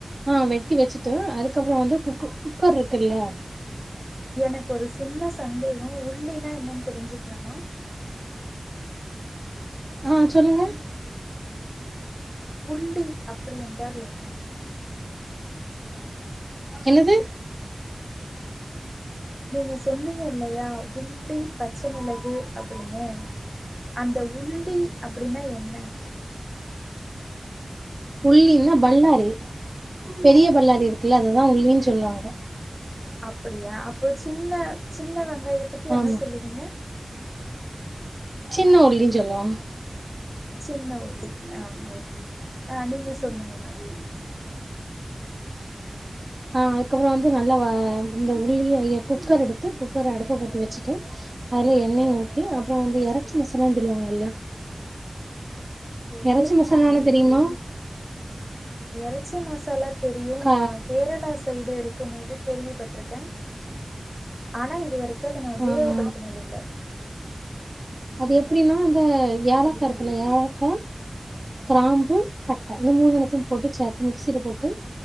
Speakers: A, on the right; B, in the centre.
A: ஆ வெட்டி வெச்சுட்டு அதுக்கப்புறோ வந்து குக்கு குக்கர் ருக்குல்ல
B: எனக்கு ஒரு சின்ன சந்தேக் கம் உள்ளி னா என்னன் தெரிஞ்சுக்குலாமா
A: ஆ சொல்லுங்க
B: உள்ளி அப்புடி என்றால் என்ன
A: என்னது
B: நீங்க சொன்னீங்க இல்லையா உள் உள்ளி பச்ச மிளகு அப்புடின்னு அந்த உள்ளி அப்புடின்னா என்ன
A: உள்ளினா பல்லாரி பெரிய பல்லா இருக்குல்ல அததா உள்ளின் சொல்வாங்க
B: அப்டியா அப்ப சின்ன சின்ன வெங் காயத்துக்கு என்ன
A: ஆமா
B: சொல்லுவீங்க
A: சின்ன உள்ளின் சொல்வோ
B: சின்ன உள்ளி ஆ ஓகே ஆ நீங்க சொல்லுங்க மேடம்
A: ஆ அதுக்கப்றொ வந்து நல்லா வா இந்த உள்ளிய ய குக்கர் எடுத்து குக்கர அடுப்ப பத்தி வச்சுட்டு அதுல எண்ணெய ஊத்தி அப்றொ வந்து எறச்சி மசாலான் சொல்வாங்கல்ல
B: ஓகே
A: எறச்சி மசாலானா தெரியுமா
B: எறச்சி மசாலா தெரியு
A: க
B: நா கேரளா சைடு இருக்கும் போது கேள்விப்பட்ருக்க ஆனா இதுவரைக்கு அத நா உபயோகப்படுத்துனது
A: ஆ ஆ.
B: இல்ல
A: அது எப்டின்னா அந்த ஏலக்கா இருக்குல ஏலக்கா க்ராம்பு பட்ட
B: ஓகே
A: இந்த மூணு <unintelligible> போட்டு ச மிக்சில போட்டு